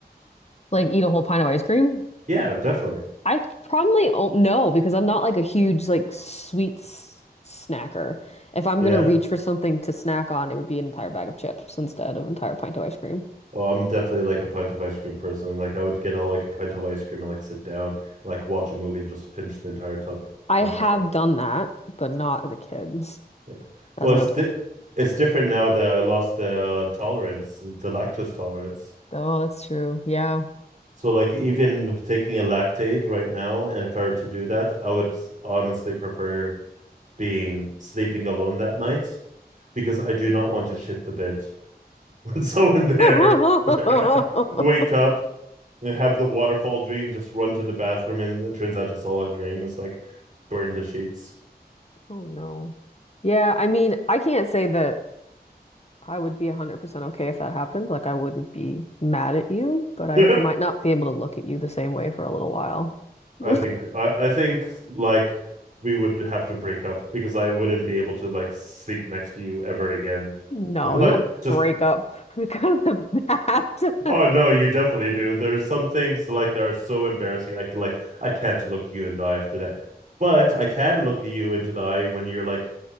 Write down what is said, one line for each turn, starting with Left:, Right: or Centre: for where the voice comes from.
Left: Like eat a whole pint of ice cream?
Right: Yeah, definitely.
Left: I probably o no, because I'm not like a huge like sweets snacker. If I'm
Right: Yeah.
Left: gonna reach for something to snack on, it would be an entire bag of chips instead of an entire pint of ice cream.
Right: Oh, I'm definitely like a pint of ice cream person. Like I would get a, like a pint of ice cream and like sit down, like watch a movie and just finish the entire tub
Left: I
Right: by
Left: have
Right: myself.
Left: done that, but not as a kid,
Right: Yeah.
Left: as
Right: Well,
Left: an
Right: it's
Left: adult.
Right: di it's different now that I lost the tolerance, the lactose tolerance.
Left: Oh, that's true. Yeah.
Right: So like even taking a lactaid right now, and if I were to do that, I would honestly prefer being sleeping alone that night because I do not want to shit the bed <laughs> with someone there.
Left: <laughs> Oh
Right: <laughs> Wake up and have the waterfall dream, just run to the bathroom, and it turns out it's all a dream. It's like burn the sheets.
Left: Oh no. Yeah, I mean, I can't say that. I would be 100% okay if that happened. Like, I wouldn't be mad at you,
Right: <laughs>
Left: but I
Right: I
Left: might not be able to look at you the same way for a little while. <laughs>
Right: think I, I think like we would have to break up because I wouldn't be able to like sleep next to you ever again.
Left: No,
Right: <laughs> Like
Left: you don't
Right: just
Left: break up <laughs> because of that. <laughs>
Right: Oh no, you definitely do. There's some things like that are so embarrassing. I c- like I can't look you in the eye after that. But I can look you into the eye when you're like